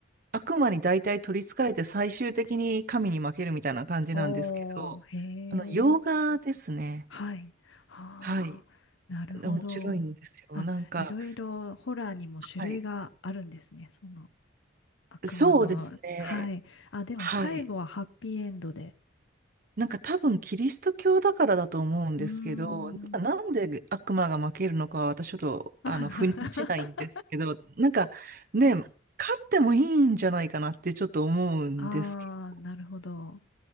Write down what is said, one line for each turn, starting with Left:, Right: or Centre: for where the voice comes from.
Right: 悪魔に大体取り憑かれて最終的に神に負けるみたいな感じなんですけど、
Left: おー、へ
Right: あの、洋画ですね。
Left: え。はい。ああ、
Right: はい。
Left: なるほど。
Right: 面白いんですよ。
Left: あ、
Right: なんか、
Left: いろいろホラーにも種類があるんですね。
Right: はい。
Left: その、悪魔の、
Right: そうですね。
Left: はい。あ、でも最後はハッピーエンドで。
Right: はい。なんか多分キリスト教だからだと思うんですけど、
Left: うー
Right: なんかなんで悪魔が負けるのかは私ちょっとあの腑に落ちないんですけど、
Left: ん。<laughs> あ
Right: なんかね、勝ってもいいんじゃないかなってちょっと思うんですけど、
Left: あ、なるほど。